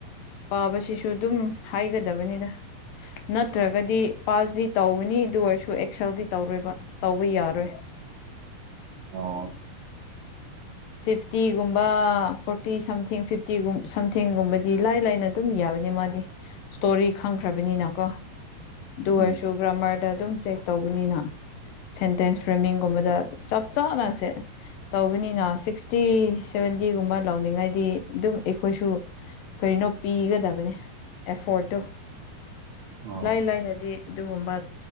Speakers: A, on the left (about 75°); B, on the right (about 60°).
A: ꯄꯥꯕꯁꯤꯁꯨ ꯑꯗꯨꯝ ꯍꯥꯏꯒꯗꯕꯅꯤꯗ ꯅꯠꯇ꯭ꯔꯒꯗꯤ ꯄꯥꯁꯗꯤ ꯇꯧꯒꯅꯤ ꯑꯗꯨ ꯑꯣꯏꯔꯁꯨ ꯑꯦꯛꯁꯦꯜꯗꯤ ꯇꯧꯔꯣꯏꯕ ꯇꯧꯕ ꯌꯥꯔꯣꯏ
B: ꯑꯣ
A: ꯐꯤꯞꯇꯤꯒꯨꯝꯕ ꯐꯣꯔꯇꯤ ꯁꯝꯊꯤꯡ ꯐꯤꯞꯇꯤꯒꯨꯝ ꯁꯝꯊꯤꯡꯒꯨꯝꯕꯗꯤ ꯂꯥꯏ ꯂꯥꯏꯅ ꯑꯗꯨꯝ ꯌꯥꯕꯅꯤ ꯃꯥꯗꯤ ꯏꯁꯇꯣꯔꯤ ꯈꯪꯈ꯭ꯔꯕꯅꯤꯅꯀꯣ ꯗꯨ
B: ꯎꯝ
A: ꯑꯣꯔꯁꯨ ꯒ꯭ꯔꯃꯥꯔꯗ ꯑꯗꯨꯝ ꯆꯦꯛ ꯇꯧꯕꯅꯤꯅ ꯁꯦꯟꯇꯦꯟꯁ ꯐ꯭ꯔꯦꯃꯤꯡꯒꯨꯝꯕꯗ ꯆꯞ ꯆꯥꯅ ꯁꯦ ꯇꯧꯕꯅꯤꯅ ꯁꯤꯛꯁꯇꯤ ꯁꯚꯦꯟꯇꯤꯒꯨꯝꯕ ꯂꯧꯅꯤꯡꯉꯥꯏꯗꯤ ꯗꯨꯝ ꯑꯦꯈꯣꯏꯁꯨ ꯀꯔꯤꯅꯣ ꯄꯤꯒꯗꯕꯅꯤ ꯑꯦꯐꯣꯔꯠꯇꯣ
B: ꯑꯣ
A: ꯂꯥꯏ ꯂꯥꯏꯅꯗꯤ ꯑꯗꯨꯒꯨꯝꯕ